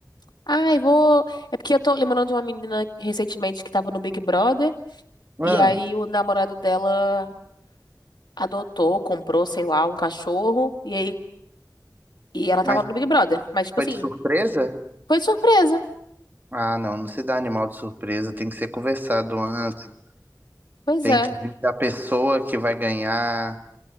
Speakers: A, on the left; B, on the right.
A: ai, vou. É porque eu tô lembrando de uma menina recentemente que tava no Big Brother.
B: Ah,
A: E aí o namorado dela adotou, comprou, sei lá, um cachorro. E aí E ela
B: mas
A: tava no Big Brother. Mas, tipo
B: foi
A: assim,
B: de surpresa?
A: foi surpresa.
B: Ah, não, não se dá animal de surpresa, tem que ser conversado antes.
A: Pois
B: Tem
A: é,
B: que vir da pessoa que vai ganhar.